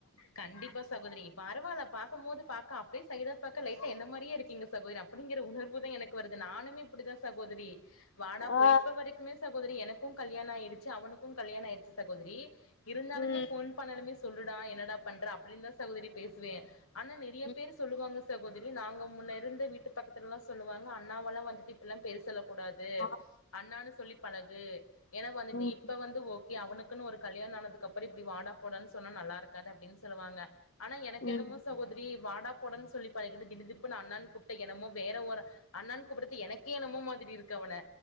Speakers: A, on the left; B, on the left.
A: கண்டிப்பா சகோதரி பரவாயில்ல பாகபோது பாக்க அப்படியே சைடா பாக்க லைட்டா என்ன மாரியே இருக்கிங்க சகோதரி அப்படிங்கிற உணர்வு தான் எனக்கு வருது நானுமே இப்படிதான் சகோதரி வானா போ
B: ஆ
A: இப்ப வரைக்குமே சக தரி எனக்கும் கல்யாணம் ஆயிடு அவனுக்கும் கல்யாணம் ஆயிச்சு சகோதரி இருந்தாலுமே
B: ம்
A: போன் பண்ணாலுமே சொல்லுடா என்னடா பண்ற அப்படின்னு தான் சகோதரி பேசுவேன் ஆனா நிறைய
B: ம்
A: பேர் சொல்லுவாங்க சகோதரி நாங்க முன்ன இருந்து வீட்டு பக்கத்துல்லாம் சொல்லுவாங்க அண்ணாவெல்லாம் வந்துட்டு இப்பல்லாம் பெருசல கூடாது
B: ஆ
A: அண்ணான்னு சொல்லி பழகு என வந்துட்டு
B: ம்
A: இப்ப வந்து ஓ கே அவனுக்குன்னு ஒரு கல்யாண ஆதுக்கு அப்ரோ இப்படி வாடா போடன்னு சொன்னா நல்லா இருக்காது அப்படின்னு சொல்லுவாங்க ஆனா எனக்கு
B: ம்
A: என்னமோ சகோதரி வாடா போடன்னனு சொல்லி பண்ணிக்கிட்டு திடீப்புன்னு அண்ணான்னு கூப்பிட்ட என்னமோ வேற ஒரு அண்ணான்னு கூப்பிடறது எனக்கே என்னமோ மாதிரி இருக்கு அவன